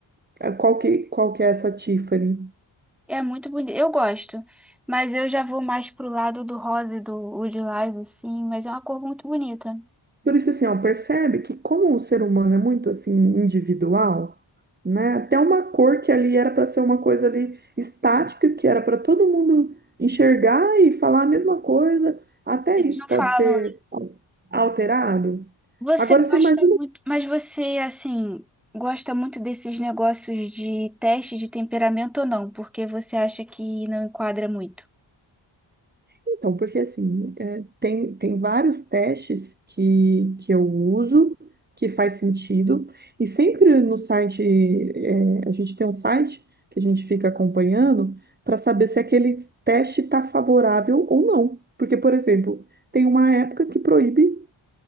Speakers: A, on the right; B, in the centre.
A: é, qual que, qual que é essa Tiffany.
B: É muito bonito, eu gosto, mas eu já vou mais pro lado do rosa e do o lilás, assim, mas é uma cor muito bonita.
A: Por isso, assim, ó, percebe que como o ser humano é muito, assim, individual, né? Até uma cor que ali era para ser uma coisa ali estática, que era para todo mundo enxergar e falar a mesma coisa, até
B: Eles
A: isso
B: não
A: pode
B: falam.
A: ser alterado.
B: Você
A: Agora,
B: gosta
A: você imagina
B: muito, mas você, assim, gosta muito desses negócios de teste de temperamento ou não? Porque você acha que não enquadra muito?
A: Então, porque assim, é, tem, tem vários testes que, que eu uso, que faz sentido, e sempre no site, é, a gente tem um site que a gente fica acompanhando para saber se aquele teste está favorável ou não. Porque, por exemplo, tem uma época que proíbe